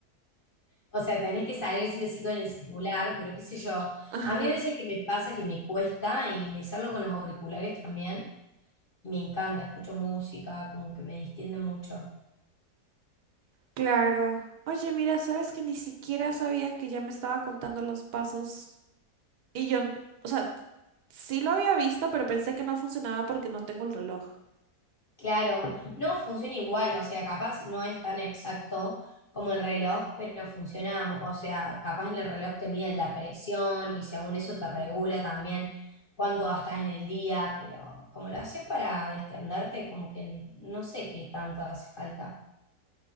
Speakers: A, on the left (about 60°); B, on the right (about 85°).
A: O sea, tenés que salir sí o sí con el celular, pero qué sé yo.
B: Ajá.
A: A mí a veces que me pasa que me cuesta y me salgo con los auriculares también y me encanta, escucho música, como que me distiende mucho.
B: Claro. Oye, mira, sabes que ni siquiera sabía que ya me estaba contando los pasos. Y yo, n- o sea, sí lo había visto, pero pensé que no funcionaba porque no tengo el reloj.
A: Claro, no funciona igual, o sea, capaz no es tan exacto como el reloj, pero funciona, mu- o sea, capaz en
B: Ujú,
A: el reloj te mide la presión y según eso
B: ujú.
A: te regula también cuánto gastas en el día, pero como lo haces para distenderte, como que no sé qué tanto hace falta.